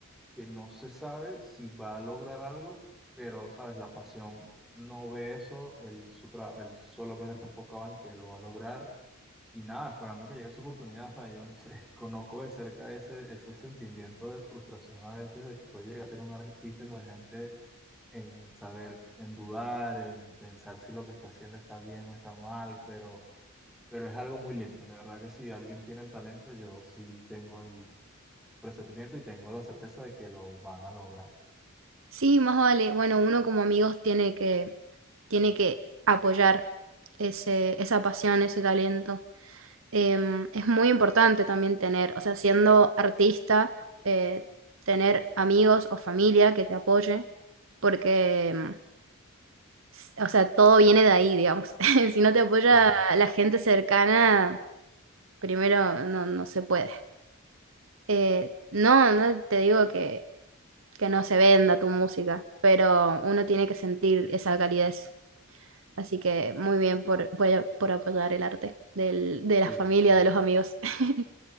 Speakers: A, in the centre; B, on the right.
A: que no se sabe si va a lograr algo pero, ¿sabes? La pasión no ve eso, él, su tra- él solamente está enfocado en que lo va a lograr y nada, esperando que llegue su oportunidad, ¿sabes? Yo no sé, <laughs> conozco de cerca ese, ese sentimiento de frustración a veces de que puede llegar a tener un artista emergente en saber, en dudar, en pensar si lo que está haciendo está bien o está mal, pero, pero es algo muy lindo. De verdad que si alguien tiene el talento, yo sí tengo el presentimiento y tengo la certeza de que lo van a lograr.
B: Sí, más vale. Bueno, uno como amigos tiene que, tiene que apoyar ese, esa pasión, ese talento. Em, es muy importante también tener, o sea, siendo artista, eh, tener amigos o familia que te apoye, porque, em, s- o sea, todo viene de ahí, digamos. <laughs> Si no te apoya
A: Claro,
B: la gente cercana, primero no, no se puede. Eh, no, no te digo que, que no se venda tu música, pero uno tiene que sentir esa calidez. Así que muy bien por, por, por apoyar el arte del- de
A: sí,
B: la familia,
A: sí,
B: de los
A: sí.
B: amigos. <laughs>